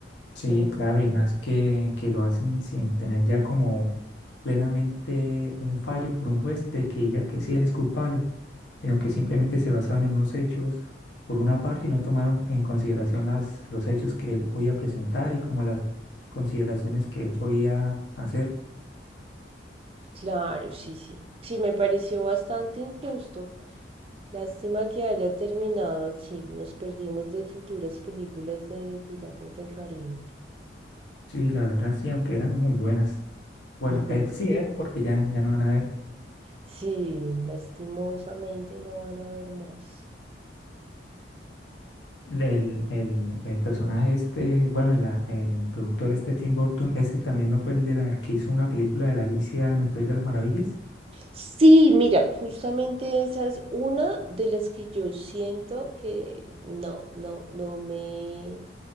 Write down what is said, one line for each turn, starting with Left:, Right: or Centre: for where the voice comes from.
Left: Sí,
Right: Como,
Left: claro, y más que, que lo hacen sin tener ya como plenamente un fallo por un juez de que diga que sí, él es culpable, sino que simplemente se basaban en unos hechos por una parte y no tomaron en consideración las, los hechos que él podía presentar y como las consideraciones que él podía hacer.
Right: claro, sí, sí. Sí, me pareció bastante injusto. Lástima que haya terminado así. Nos perdimos de futuras películas de Piratas del Caribe.
Left: Sí, la verdad sí, aunque eran muy buenas. Bueno,
Right: <laughs>
Left: eh, sí eran porque ya, ya no van a ver.
Right: Sí, lastimosamente no van a ver más.
Left: El, el, el personaje este, bueno, la- el productor este Tim Burton, ese también no fue el de la que hizo una película de la Alicia en el País de las Maravillas.
Right: Sí, mira, justamente esa es una de las que yo siento que no, no, no me,